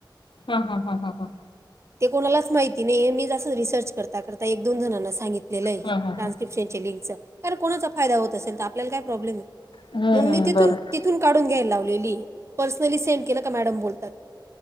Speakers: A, on the left; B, on the right.
A: हा हा हा हा हा.
B: ते कोणालाच माहिती नाही मी जस रिसर्च करता करता एक दोन जणांना सांगितले. लं
A: हा हा हा
B: ट्रान्स्क्रिप्शनच्या लिंकच कारण कोणाचा फायदा होत असेल तर आपल्याला काय प्रॉब्लेम आहे.
A: हम्म
B: मणून
A: हम्म
B: मी तिथून
A: बरोबर
B: तिथून काढून घ्यायला लावलेली पर्सनली सेंड केलं का मॅडम बोलतात.